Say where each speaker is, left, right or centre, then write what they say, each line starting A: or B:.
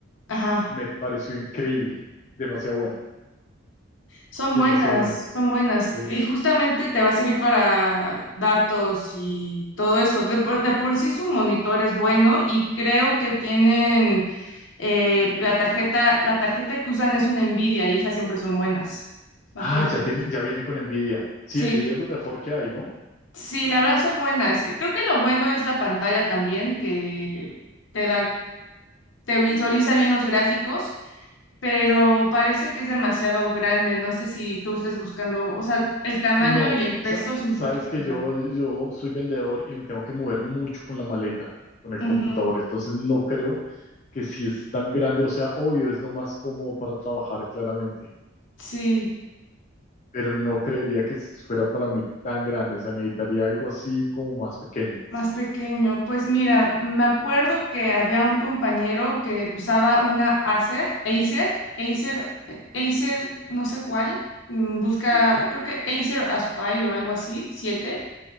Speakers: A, on the left; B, on the left.
A: Ajá.
B: Me pareció increíble, demasiado buena,
A: Son
B: demasiado
A: buenas,
B: buena.
A: son buenas.
B: Eh,
A: Y justamente te va a servir para datos y todo eso. De por, de por sí su monitor es bueno y creo que tienen eh, la tarjeta, la tarjeta que usan es una Nvidia y esas siempre son buenas. Bastante
B: ah, ya
A: buenas.
B: tiene, ya viene con Nvidia. Sí,
A: Sí,
B: Nvidia es lo mejor que hay, ¿no?
A: sí, la verdad son buenas. Creo que lo bueno es la pantalla también, que te da te visualiza bien los gráficos, pero parece que es demasiado grande. No sé si tú estés buscando, o sea, el tamaño
B: No,
A: y el peso
B: sa-
A: es un
B: sabes
A: poquito
B: que
A: grande.
B: yo, yo soy vendedor y me tengo que mover mucho con la maleta, con el
A: Ujú,
B: computador. Entonces no creo que si es tan grande, o sea, obvio, es lo más cómodo para trabajar claramente.
A: Sí,
B: pero no creería que fuera para mí tan grande. O sea, necesitaría algo así como más pequeño.
A: más pequeño. Pues mira, me acuerdo que había un compañero que usaba una Acer, Acer, Acer, eh, Acer, no sé cuál. mm, Busca,
B: Sí.
A: creo que Acer Aspire o algo así, 7.